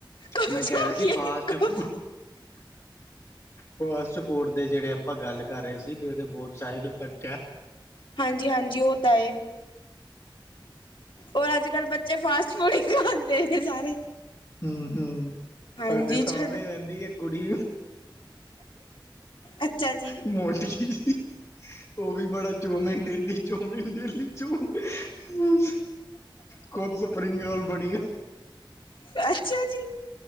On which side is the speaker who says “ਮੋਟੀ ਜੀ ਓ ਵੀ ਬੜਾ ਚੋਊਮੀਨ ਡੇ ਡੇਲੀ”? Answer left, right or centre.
Left